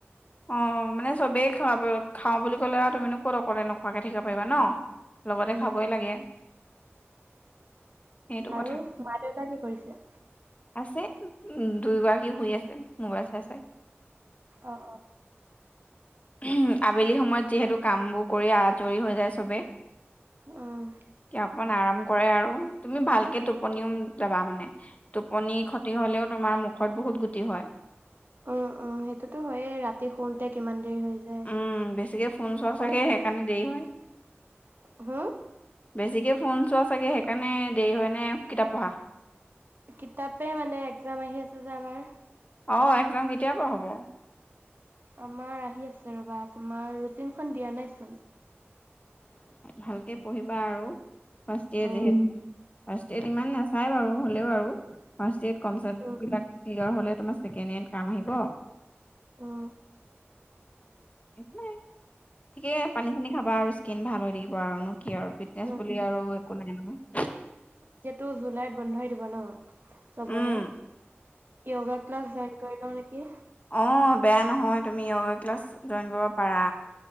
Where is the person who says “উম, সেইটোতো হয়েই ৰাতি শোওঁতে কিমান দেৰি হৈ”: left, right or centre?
Right